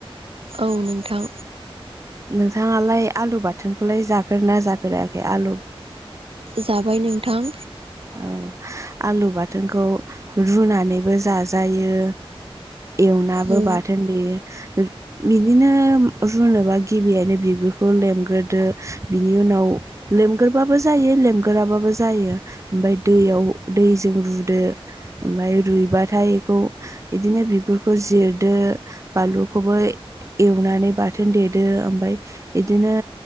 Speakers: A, on the right; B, on the right.
A: औ नोंथां
B: नोंथाङालाय आलु बाथोनखौलाय जाफेना जाफेराखै आलु
A: जाबाय नोंथां
B: औ ओ आलु बाथोनखौ रुनानैबो जाजायो एवनाबो
A: औ
B: बाथोन देयो बिदिनो रुनोबा गिबियानो बिगुरखौ लेमग्रोदो बिनि उनाव लेमगोरबाबो जायो लेमगोराबाबो जायो ओमफाय दैयाव दैजों रुदो ओमफाय रुइबाथाय खौ इदिनो बिगुरखौ जिरदो बानलुखौबो एवनानै बाथोन देदो ओमफाय एदिनो